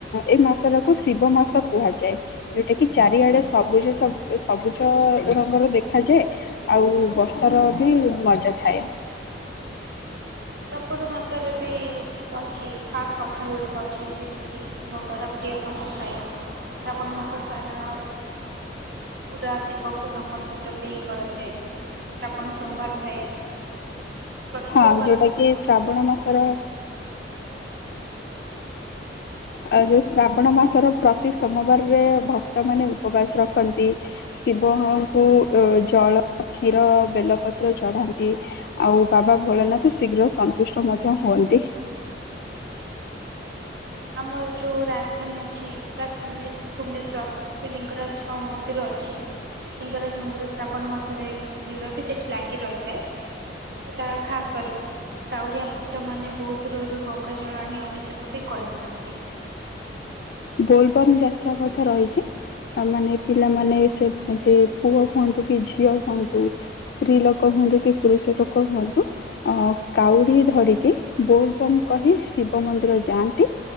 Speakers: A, on the left; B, on the right.
A: ଏ ମାସଟାକୁ ଶିବ ମାସ କୁହାଯାଏ। ଯୋଉଟା କି ଚାରିଆଡେ ସବୁଜ ସବୁ ସବୁଜ ରଙ୍ଗର ଦେଖାଯାଏ। ଆଉ ବର୍ଷାର ବି ମଜା ଥାଏ।
B: <unintelligible> ମାସରେ ବି ଅଛି। ଖାସ୍ କଥା ଗୁଡିକ ଅଛି। ଯେମିତି ଶିବଙ୍କର ପ୍ରିୟ ମାସ ଥାଏ। ଶ୍ରାବଣ ମାସ ସାରା ପୁରା ଶିବଙ୍କୁ ସମର୍ପିତ ବି କରାଯାଏ। ଶ୍ରାବଣ ସୋମବାର ଥାଏ। ପ୍ରତି
A: ହଁ
B: ସୋମବାର
A: ଯୋଉଟା
B: ଯେମିତି
A: କି
B: ଭ
A: ଶ୍ରାବଣ ମାସର ଆଉ ଯୋଉ ଶ୍ରାବଣ ମାସର ପ୍ରତି ସୋମବାରରେ ଭକ୍ତ ମାନେ ଉପବାସ ରଖନ୍ତି। ଶିବଙ୍କୁ ଜଳ କ୍ଷୀର ବେଲପତ୍ର ଚଢ଼ାନ୍ତି। ଆଉ ବାବା ଭୋଳନାଥ ଶୀଘ୍ର ସନ୍ତୁଷ୍ଟ ମଧ୍ୟ ହୁଅନ୍ତି।
B: ଆମର ଯୋଉ ରାଜଧାନୀ ଅଛି ରାଜଧାନୀ ଭୁବନେଶ୍ୱର ଲିଙ୍ଗରାଜଙ୍କ ମ ମନ୍ଦିର ଅଛି। ଲିଙ୍ଗରାଜ ମନ୍ଦିର ଶ୍ରାବଣ ମାସରେ ଭିଡ଼ ବି ସେଠି ଲାଗି ରହିଥାଏ। ଯୋଉଟା ଖାସ କରି କାଉଡ଼ିଆ ଭକ୍ତମାନେ ବହୁତ ଦୂରରୁ ଗଙ୍ଗାଜଳ ଆଣି ଅଭିଶେକ ବି କରିଥାନ୍ତି।
A: ବୋଲବମ୍ ଯାତ୍ରା କଥା ରହିଚି। ଆଉ ମାନେ ପିଲାମାନେ ସେ ହୁଅନ୍ତି ପୁଅ ହୁଅନ୍ତୁ କି ଝିଅ ହୁଅନ୍ତୁ ସ୍ତ୍ରୀ ଲୋକ ହୁଅନ୍ତୁ କି ପୁରୁଷ ଲୋକ ହୁଅନ୍ତୁ ଅ କାଉଡି ଧରିକି ବୋଲବମ୍ କହି ଶିବ ମନ୍ଦିର ଯାଆନ୍ତି।